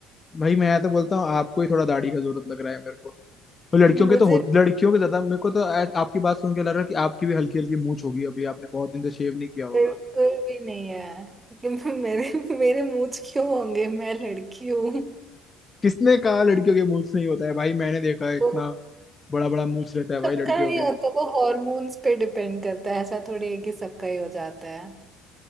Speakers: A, on the left; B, on the right.
A: भाई मैं तो बोलता हूँ आपको ही थोड़ा दाढ़ी का जरूरत लग रहा है मेरे को तो लड़कियों
B: मुझे
A: के तो हो लड़कियों के ज्यादा मेरे को तो ऐस- आपकी बात सुन के लग रहा है कि आपकी भी हल्की हल्की मूंछ होगी अभी आपने बहुत दिन से शेव नहीं किया होगा
B: बिल्कुल भी नहीं है कि मैं- मेरे मेरे मूड क्यों होंगे मैं लड़की हूँ
A: किसने कहा लड़कियों के मूंछ नहीं होता है भाई मैंने देखा है इतना
B: तो
A: बड़ा बड़ा मूंछ रहता है भाई
B: सबका
A: लड़कियों
B: नहीं
A: के
B: होता वो हॉर्मोन्स पे डिपेंड करता है ऐसा थोड़ी है कि सबका ही हो जाता है